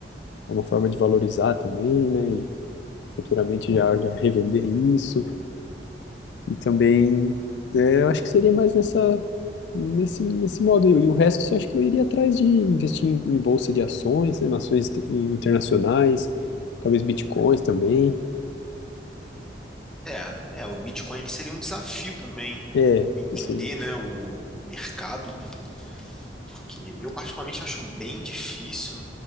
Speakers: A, on the left; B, in the centre.
A: é uma forma de valorizar também, né? E futuramente já, já revender isso. E também, é, eu acho que seria mais nessa, nesse, nesse modo aí. E o resto, eu acho que eu iria atrás de investir em, em bolsa de ações, né, ações t- internacionais, talvez bitcoins também.
B: É, é, o Bitcoin seria um desafio também,
A: É,
B: entender,
A: isso aí.
B: né, o, o mercado, porque eu particularmente acho bem difícil,